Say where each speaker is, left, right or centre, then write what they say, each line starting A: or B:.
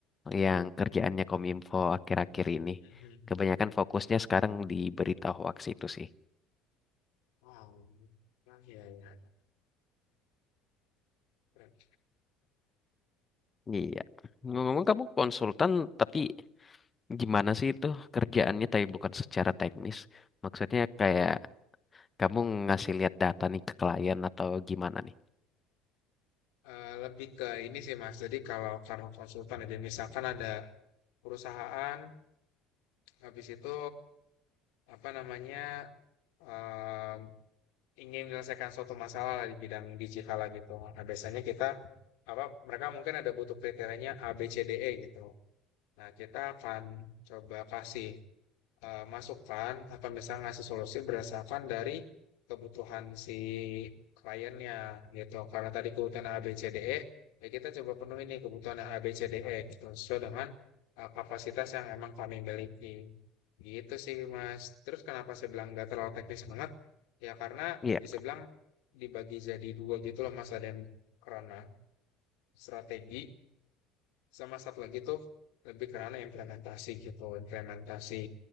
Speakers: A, on the left (about 25°); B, on the left (about 75°).
A: yang kerjaannya Kominfo akhir-akhir ini.
B: Mhm.
A: Kebanyakan fokusnya sekarang di berita hoax itu sih.
B: Wow. Nah, ya, ya. Keren.
A: Iya. Ngomong-ngomong kamu konsultan, tapi gimana sih itu kerjaannya tapi bukan secara teknis? Maksudnya kayak kamu ngasih lihat data nih ke klien atau gimana nih?
B: Eh, lebih ke ini sih Mas. Jadi kalau karena konsultan aja misalkan ada perusahaan habis itu apa namanya eh, ingin menyelesaikan suatu masalah lah di bidang digital lah gitu. Nah, biasanya kita apa mereka mungkin ada butuh kriterianya A B C D E gitu. Nah, kita akan coba kasih eh, masukan atau misalnya ngasih solusi berdasarkan dari kebutuhan si kliennya gitu. Karena tadi kebutuhan A B C D E, ya kita coba penuhi nih kebutuhan A B C D E gitu sesuai dengan eh, kapasitas yang emang kami miliki. Gitu sih, Mas. Terus kenapa saya bilang nggak terlalu teknis banget? Ya karena
A: Iya.
B: bisa bilang dibagi jadi dua gitu loh Mas, ada yang kerana strategi sama satu lagi tuh lebih kerana implementasi gitu, implementasi